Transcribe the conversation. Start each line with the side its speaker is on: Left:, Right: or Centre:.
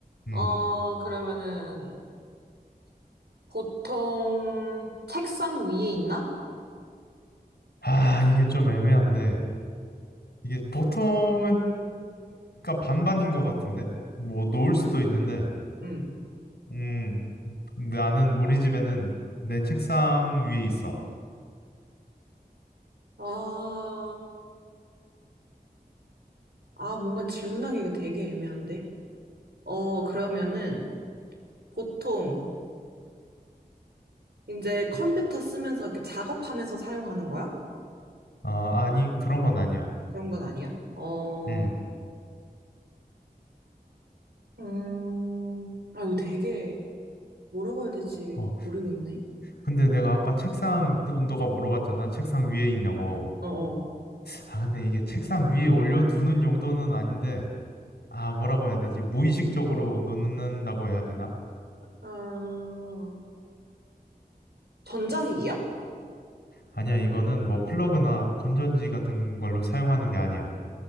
Left: 음.
Right: 어, 그러면은, 보통 책상 위에 있나?
Left: 아, 이게 좀 애매한데. 이게 보통은, 그러니까 반반인 것 같은데? 뭐, 놓을 수도 있는데.
Right: 음.
Left: 음, 나는 우리 집에는 내 책상 위에 있어.
Right: 어, 아, 뭔가 질문하기가 되게 애매한데? 어, 그러면은 보통 이제 컴퓨터 쓰면서 이렇게 작업하면서 사용하는 거야?
Left: 아, 아니, 그런 건 아니야.
Right: 그런 건 아니야? 어,
Left: 음.
Right: 음, 아, 이거 되게 뭐라고 해야 될지
Left: 어,
Right: 모르겠네.
Left: 근데 내가 아까 책상, 너- 너가 물어봤잖아. 책상 위에 있냐고.
Right: 어어.
Left: 아, 근데 이게 책상 위에 올려두는 용도는 아닌데, 아, 뭐라고 해야 되지? 무의식적으로 놓는다고 해야 되나?
Right: 아, 전자기기야?
Left: 아니야, 이거는 뭐 플러그나 건전지 같은 걸로 사용하는 게 아니야.